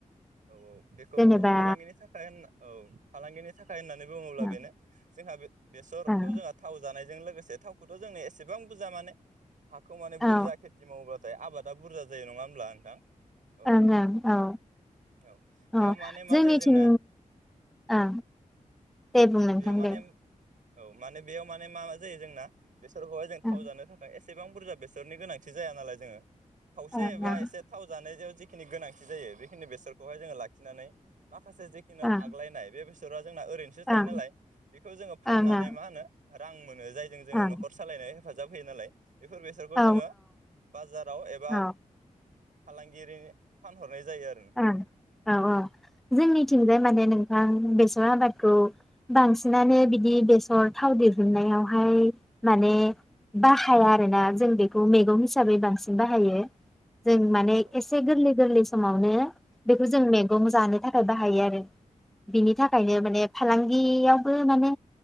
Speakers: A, on the right (about 70°); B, in the centre.
A: औ औ बेखौ
B: जेनेबा
A: फालांगिनि थाखाय होनना औ फालांगिनि थाख खाय होननानै बुङोब्ला
B: ओं
A: बेनो जोंहा बे-बेसरखौ
B: ओं
A: जोंहा थाव जानाय जों लोगोसे थावखौथ जोंनो एसेबां बुजा माने हाखौ माने बुरजा
B: औ
A: खेटि मावोबा थाय आबादा बुरजा जायो नङा ओमब्ला नोंथां? औ
B: ओं ओं औ।
A: औ बेयाव
B: अ
A: माने मा
B: जोंनिथिं
A: जायो जोंना
B: ओ
A: औ
B: दे बुं नोंथां
A: बेयाव माने
B: दे।
A: औ माने बेयाव माने मा जायो जोंना बेसोरखौहाय जों
B: ओं
A: थाव जानो थाखाय एसे सेबां बुरजा बेसरनि गोनांथि जाया नालाय जोङो। खावसे
B: ओं
A: एबा
B: ओं
A: एसे थाव जानायजों जि खिनि गोनांथि जायो बे खिनि बेसरखौहाय जोङो लाखिनानै माखासे जेखिनि
B: ओं
A: आग्लायनाय बे बेसरा जोंना ओरैनोसो थायो
B: ओं
A: नालाय बिखौ जोङो फाननानै
B: ओं ओं
A: मा होनो रां मोनो। जायजों जोङो
B: ओं
A: नखर सालायनाय हेफाजाब होयो नालाय। बेफोर बेसरखौ
B: औ
A: जोंङो बाजाराव एबा
B: औ
A: फालांगिरिनो फानहरनाय जायो आ
B: ओं औ औ जोंनिथिंजाय माने नोंथां बेसे ओ आबादखौ बांसिनानो बिदि बेसर थाव दिहुननायावहाय माने बाहाया आरोना जों बेखौ मैगं हिसाबै बांसिन बाहायो। जों माने
A: औ
B: एसे गोरलै गोरलै समावनो बेखौ जों में <unintelligible> जानो थाखाय बाहायो आरो बिनि थाखायनो माने फालांगियावबो माने